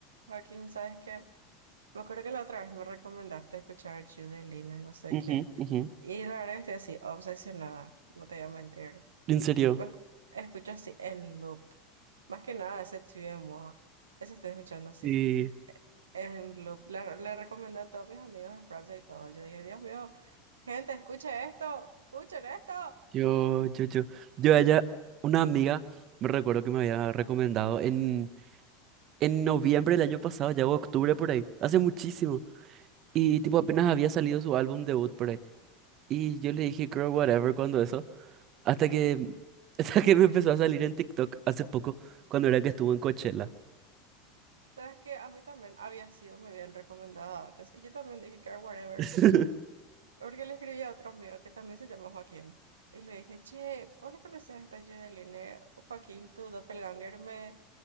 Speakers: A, on the right; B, on the right.
A: Joaquín, ¿sabes qué? Me acuerdo que la otra vez me recomendaste escuchar Judy Lina, no sé
B: Ujú,
A: qué.
B: ujú.
A: Y la verdad que estoy así, obsesionada, no te voy a mentir.
B: En serio.
A: Tipo, esc- escucho así en loop. Más que nada ese Tue de Moi, ese estoy escuchando así
B: Y
A: en loop. Le, le recomendé a todos mis amigos de Francia y todo. Yo dije, Dios mío, gente, escuchen esto, escuchen esto.
B: yo, yo, yo, yo a una amiga, me recuerdo que me había recomendado en, en noviembre del año pasado, ya o octubre por ahí, hace muchísimo. Y tipo apenas había salido su álbum debut por ahí. Y yo le dije, girl, whatever, cuando eso. Hasta que, <laughs> hasta que me empezó a salir en TikTok hace poco, cuando era que estuvo en Coachella.
A: Sabes que a mí también había sido muy bien recomendada antes. Y yo también dije, care whatever.
B: <laughs> <laughs>
A: Porque le escribí a otro amigo que también se llama Joaquín. Y le dije, che, ¿vos le conocés a esta Judeline? Joaquín, tu doppelganger me,